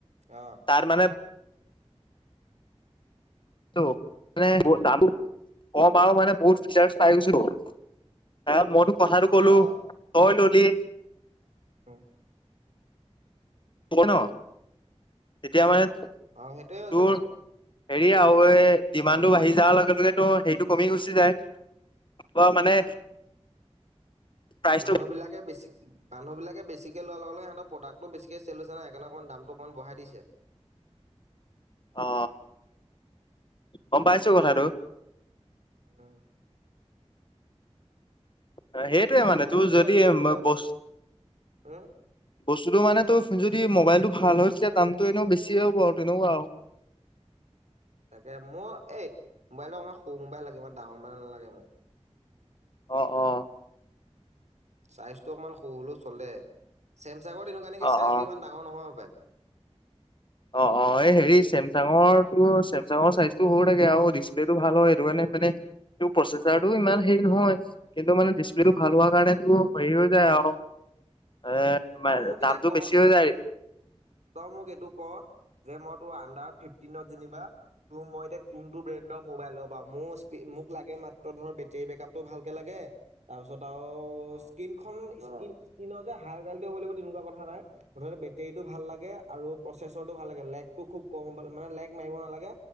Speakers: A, on the right; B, on the left.
A: অ'।
B: তাত মানে <unintelligible> আৰু মানে বহুত ফিচাৰ পাই গৈছোটো। আ, মই তোক কথাটো ক'লো
A: অ
B: তই ল'লি
A: উম'।
B: ক'ব ন তেতিয়া মানে
A: অ সেইটোয়ে হৈছে
B: তোৰ
A: বাৰু।
B: হেৰি আৰু এই ডিমানটো বাঢ়ি যোৱাৰ লগে লগেটো সেইটো কমি গুচি যায়। অ মানে। প্ৰাইচটো
A: মানুহবিলাকে বেছি। মানুহবিলাকে বেছিকে লোৱা লগে লগে সিহঁতে প্ৰডাক্টো বেছিকে চেল‌ হৈছে নাই সেইকাৰণে অকণমান দামটো অকণমান বঢ়াই দিছে।
B: অ গম পাইছোঁ কথাটো।
A: উম।
B: অ সেইটোৱে
A: ৰেডমি
B: মানে তোৰ
A: এটাকে
B: যদি অ
A: ল'বলে
B: বস্তু।
A: উম
B: বস্তুটো মানে তোৰ যদি মোবাইলটো ভাল হৈছে দামতটো এনেও বেছিয়ে হ'ব আৰু তেনেকুৱা আৰু।
A: তাকে মোৰ এই মোবাইলৰ অকণমান সৰু মোবাইল লাগে ইমান ডাঙৰ মোবাইল নালাগে মোক।
B: অ অ।
A: ছাইজটো অকণমান সৰু হ'লেও চলে চেমচাঙৰ তেনেকুৱা নেকি
B: অ
A: ছাইজটো
B: অ
A: ইমান ডাঙৰ নহয় পাই।
B: অ অ এই হেৰি চেমচাঙৰটো চেমচাঙৰ চাইজটো সৰু থাকে আৰু ডিচপ্লেটো ভাল হয় সেইটো কাৰণে মানে। টো প্ৰচেচাৰটোও ইমান হেৰি নহয়। কিন্তু মানে ডিছপ্লেটো ভাল‌ হোৱাৰ কাৰণে তোৰ হেৰী হৈ যায় অলপ। এ তোমাৰ
A: তই মোক এতিয়া
B: দামটো
A: ক
B: বেছি
A: এ
B: হৈ যায়।
A: তই মোক এইটো ক যে মই তোৰ আন্ডাৰত ফিফটিনত যেনিবা। তোৰ মই এতিয়া কোনটো ব্ৰেণ্ডৰ মোবাইল লও বা মোৰ ‌স্পীড মোক লাগে মাত্ৰ ধৰ বেটেৰী বেকআপতটো ভালকে লাগে। তাৰপিছত আৰু। অ স্ক্ৰীনখন স্ক্ৰীন স্ক্ৰীনতে হাই ৱালপ্লে হ'ব লাগিব তেনেকুৱা কথা নাই মুঠতে বেটীৰীটো ভাল হ। লাগে আৰু প্ৰচেছৰটো ভাল লাগে লেগটো খুব কম হ'ব মানে লেগ মাৰিব নালাগে।